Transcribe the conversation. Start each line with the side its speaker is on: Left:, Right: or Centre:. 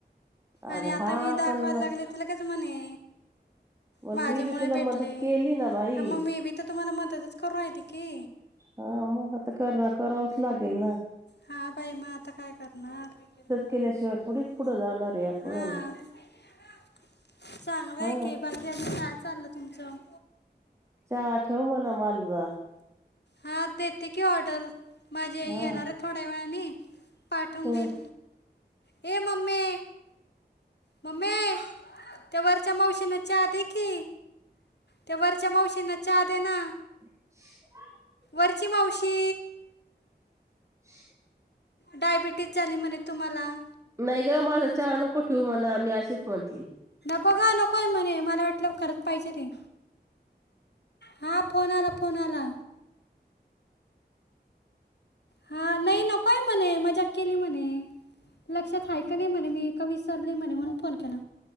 Right: अग
Left: आणि आता
Right: हा
Left: मी दाखवायला
Right: पण
Left: लागले लगेच म्हणे.
Right: पण
Left: माझ्या
Right: मी
Left: मुळे
Right: बी तुला
Left: भेटले
Right: मदत केली ना बाई
Left: मग मी बी तर तुम्हाला मदतचं करू राहले की.
Right: हा मग आता करावच लागेल ना.
Left: हा, बाई म आ ता काय करणार एकमेकींना मदत
Right: केल्याशिवाय
Left: केल्या
Right: थोडीच
Left: शिवाय
Right: पुढे
Left: कोणीचं पुढं जाणार
Right: आहे आपण
Left: नाही, हा. चांगलं
Right: हा
Left: आहे की, बाकी आणि काय चाललंय तुमचं?
Right: चहा ठेव म्हण, मालू जा.
Left: हा, देते की ऑर्डर माझी आई
Right: हा
Left: येणार आहे, थोड्या वेळानी. पाठवून
Right: हं.
Left: दिल, ए मम्मे. मम्मे त्या वरच्या मावशी न चहा दे की, त्या वरच्या मावशींना चहा दे ना.
Right: <unintelligible>
Left: वरची मावशी.
Right: <unintelligible>
Left: डायबिटीस झाली म्हणे तुम्हाला?
Right: नाही गं माझा चहा नको ठेवू म्हणा, मी अशीच म्हंटली.
Left: नगं नकोय म्हणे, मला वाटलं खरच पाहिजेल ये. हा, फोन आला फोन आला. हा, नाही नकोय म्हणे मजाक केली म्हणे. लक्षात हाय का नाही म्हणे, मी का विसरली म्हणे म्हणून फोन केला.